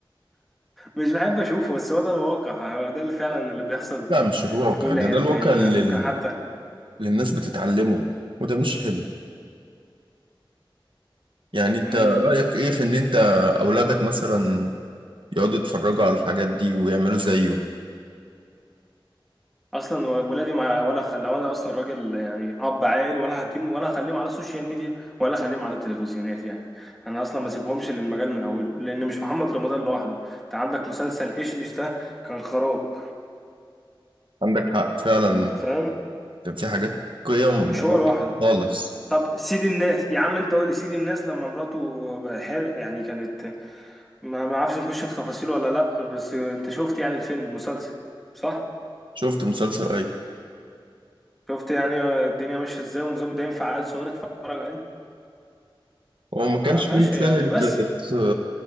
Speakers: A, in the centre; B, on the right.
A: مش بحب اشوفه بس هو ده الواقع هو ده اللي فعلا اللي بيحصل
B: لا مش الواقع
A: في كل
B: ده
A: حته
B: ده الواقع
A: هنا
B: اللي
A: يعني. ممكن
B: اللي
A: حتى
B: الناس بتتعلمه وده مش حلو يعني انت
A: مم.
B: رأيك ايه في ان انت اولادك مثلا يقعدوا يتفرجوا على الحاجات دي ويعملوا زيه
A: اصلا ولادي ما ولا خ... لو انا اصلا راجل يعني اب عاقل ولا هديم ولا اخليهم على السوشيال ميديا ولا اخليهم على التلفزيونات يعني انا اصلا ما سيبهمش للمجال من اوله لان مش محمد رمضان لوحده انت عندك مسلسل ايش ايش ده كان خراب
B: عندك حق فعلا
A: انت فاهم
B: كان في حاجات قيم
A: مش
B: غلط
A: هو لوحده
B: خالص
A: طب سيدي الناس يا عم انت قول لي سيدي الناس لما مراته ح- يعني كانت ما ما اعرفش نخش في تفاصيل ولا لا بس انت شفت يعني الفيلم المسلسل صح
B: شفت مسلسل ايه
A: شفت يعني الدنيا ماشيه ازاي ونظامه ده ينفع عيل صغير يتفرج عليه
B: هو ما
A: ما
B: كانش
A: فيهاش
B: فيه مشاهد
A: يعني بس
B: بس